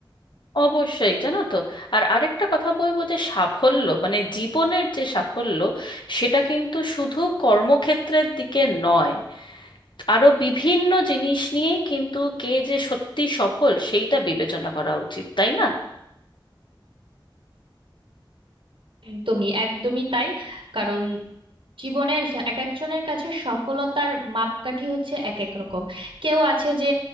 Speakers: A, on the left (about 65°); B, on the right (about 80°).
A: অবশ্যই জানো তো আর আরেকটা কথা বলবো যে সাফল্য মানে জীবনের যে সাফল্য সেটা কিন্তু শুধু কর্মক্ষেত্রের দিকে নয় আরো বিভিন্ন জিনিস নিয়েই কিন্তু কে যে সত্যি সফল সেইটা বিবেচনা করা উচিত তাই না
B: একদমই একদমই তাই কারণ জীবনের এক একজনের কাছে সফলতার মাপকাঠি হচ্ছে এক এক রকম কেউ আছে যে